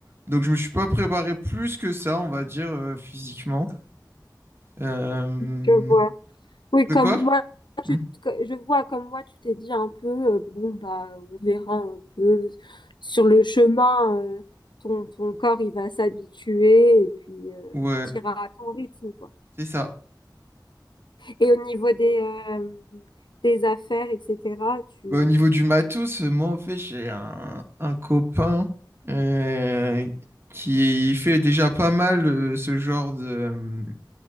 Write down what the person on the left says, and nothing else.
Je vois. Oui, comme
moi,
que- je vois comme moi, tu t'es dit un peu, euh, bon, bah, on verra un peu sur le chemin, euh, ton, ton corps, il va s'habituer et puis euh,
t'iras à ton rythme, quoi.
Et au niveau des, euh, des affaires, etc., tu,